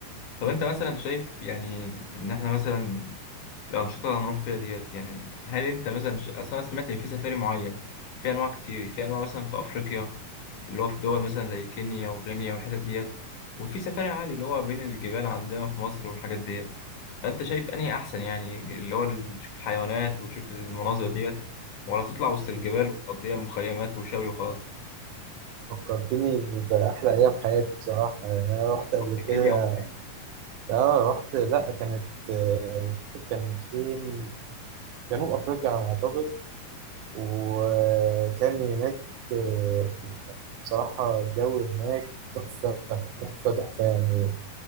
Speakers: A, on the left; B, on the right.
A: طب انت مثلا شايف يعني ان احنا مثلا الأنشطة اللي هنروح فيها ديت يعني هل أنت مثلا ش- أصل أنا سمعت إن في سفاري معين في أنواع كتير في أنواع مثلا في أفريقيا اللي هو في دول مثلا زي كينيا وغينيا والحتت ديت وفي سفاري عادي اللي هو بين الجبال عندنا في مصر والحاجات ديت فأنت شايف أنهي أحسن يعني اللي هو ال- تشوف الحيوانات وتشوف المناظر ديت ولا تطلع وسط الجبال وتقضيها مخيمات وشوي وخلاص؟
B: فكرتني بأحلى أيام حياتي بصراحة يعني أنا
A: لا،
B: رحت
A: أنت
B: قبل
A: رحت كينيا
B: كده
A: ولا إيه؟
B: آه رحت لأ كانت آه، مش فاكر كان فين جنوب أفريقيا على ما أعتقد وكان هناك آه، يعني بصراحة الجو هناك تحفة تحفة تحفة يعني